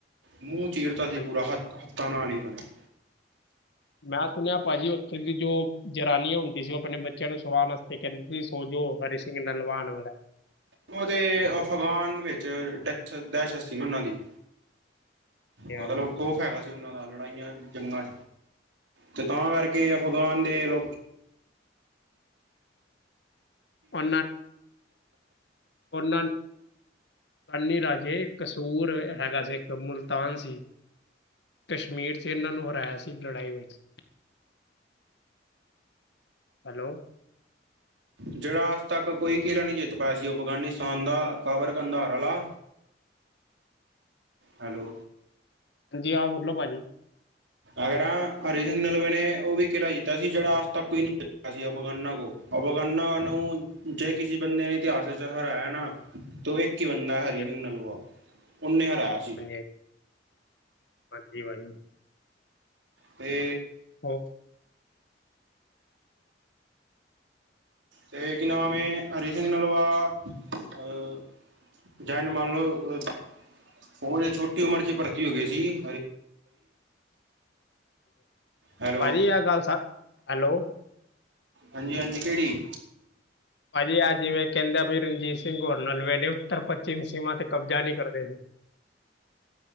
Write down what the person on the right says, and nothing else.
ਮੂੰਹ ਚੀਰਤਾ ਸੀ
ਪੂਰਾ, ਹੱਥਾਂ ਨਾਲ ਹੀ ਉਹਨਾਂ ਨੇ
ਉਹਦੇ, ਅਫਗਾਨ ਵਿੱਚ ਡੇਸੀਤ ਸੀ ਉਹਨਾਂ ਦੀ
ਮਤਲੱਬ ਖੋਫ, ਹੈਗਾ। ਜੰਗਾ ਨਾਲ ਲੜਾਈਆਂ ਜੰਗਾਂ ਤੇ, ਤਾਂ ਕਰਕੇ ਅਫਗਾਨ ਦੇ ਲੋਕ
ਜਿਹੜਾ, ਅੱਜ -ਤੱਕ ਕੋਈ ਕਿਲਾ ਨਹੀਂ ਜਿੱਤ ਪਾਇਆ ਸੀ। ਅਫਗਾਨਿਸਤਾਨ ਦਾ ਕਾਬਲ ਕੰਧਾਰ ਆਲਾ ਹੈਲੋ
ਅਗਰ, ਹਰੀ ਸਿੰਘ ਨਲੂਵੇ ਨੇ ਉਹ ਵੀ ਕਿਲ੍ਹਾ ਜਿੱਤਿਆ ਸੀ। ਜਿਹੜਾ ਅੱਜ -ਤੱਕ ਕੋਈ ਨਹੀਂ ਜਿੱਤ ਅਸੀ ਅਫਗਾਨਾ ਕੋਲ, ਅਫਗਾਨਾ ਨੂੰ ਜੇ ਕਿਸੇ ਬੰਦੇ ਨੇ ਇਤਿਹਾਸ ਵਿੱਚ, ਹਰਾਇਆ ਨਾ ਤੋ ਇੱਕ ਹੀ ਬੰਦਾ, ਹਰੀ
ਸਿੰਘ ਨਲੂਆ ਉਹਨੇ ਹਰਾਇਆ ਸੀ।
ਅਤੇ
ਤੇ ਕਿ ਨਾਮ ਏ, ਹਰੀ ਸਿੰਘ ਨਲਲਵਾ ਅਹ ਜਨ ਮੰਨ ਲਉ ਉਹ ਛੋਟੀ ਉਮਰ ਚ ਭਰਤੀ ਹੋ ਗਏ ਸੀ। ਹੈਲੋ
ਹਾਂਜੀ-ਹਾਜੀ ਕਿਹੜੀ?